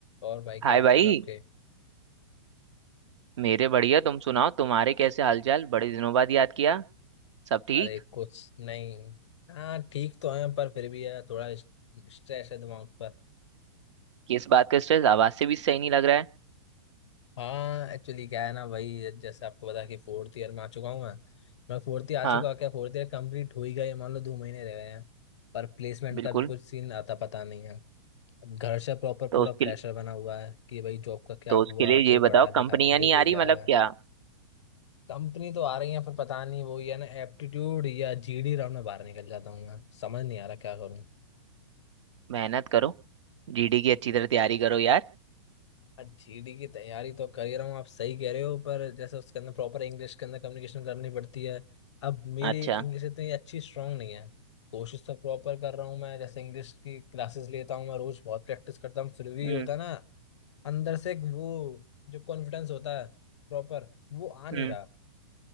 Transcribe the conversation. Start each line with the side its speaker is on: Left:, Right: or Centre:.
Left: और भाई क्या
Right: हाय
Left: हाल
Right: भाई
Left: चाल आपके
Right: मेरे बढ़िया तुम सुनाओ तुम्हारे कैसे हालचाल बड़े दिनों बाद याद किया सब ठीक
Left: अरे कुछ नहीं हाँ ठीक तो है पर फिर भी यार थोड़ा स्ट्रेस है दिमाग पर
Right: किस बात का स्ट्रेस आवाज से भी सही नहीं लग रहा है
Left: हाँ एक्चुअली क्या है ना भाई जैसे आपको पता है कि फोर्थ ईयर में आ चुका हूँ मैं मैं फोर्थ ईयर आ
Right: हाँ
Left: चुका क्या फोर्थ ईयर कंप्लीट हो ही गया ये मान लो दो महीने रह गए हैं पर प्लेसमेंट
Right: बिल्कुल
Left: का भी कुछ सीन आता पता नहीं है अब घर से प्रॉपर
Right: तो
Left: पूरा
Right: उसके
Left: प्रेशर
Right: लिए
Left: बना हुआ है कि भाई जॉब का क्या
Right: तो
Left: हुआ
Right: उसके लिए
Left: तुझे
Right: ये
Left: पढ़ा
Right: बताओ
Left: लिखाने
Right: कंपनियां
Left: के लिए
Right: नहीं
Left: भेजा
Right: आ रही मतलब
Left: है
Right: क्या
Left: कंपनी तो आ रही है पर पता नहीं वो ही है ना एप्टीट्यूड या जीडी राउंड में बाहर निकल जाता हूँ मैं समझ नहीं आ रहा क्या करूँ
Right: मेहनत करो जीडी की अच्छी तरह तैयारी करो यार
Left: जीडी की तैयारी तो कर ही रहा हूँ आप सही कह रहे हो पर जैसे उसके अंदर प्रॉपर इंग्लिश के अंदर कम्युनिकेशन करनी पड़ती है अब मेरी
Right: अच्छा
Left: इंग्लिश इतनी अच्छी स्ट्रांग नहीं है कोशिश तो प्रॉपर कर रहा हूँ मैं जैसे इंग्लिश की क्लासेस लेता हूँ मैं रोज बहुत प्रैक्टिस करता हूँ फिर भी
Right: हम्म
Left: होता है ना अंदर से एक वो जो कॉन्फिडेंस होता है प्रॉपर वो आ नहीं
Right: हम्म
Left: रहा